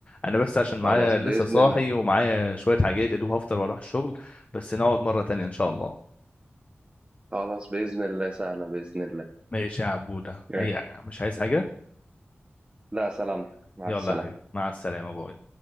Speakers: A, on the left; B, on the right.
A: أنا بس عشان معايا
B: خلاص
A: لسه
B: بإذن
A: صاحي
B: الله
A: ومعايا شوية حاجات يا دوب هفطر وأروح الشغل بس نقعد مرة تانية إن شاء الله
B: خلاص بإذن الله سهلة بإذن الله
A: ماشي يا عبودة
B: ماشي.
A: أي مش عايز حاجة
B: لا سلامتك مع
A: يلا
B: السلامة
A: يا حبيبي مع السلامة باي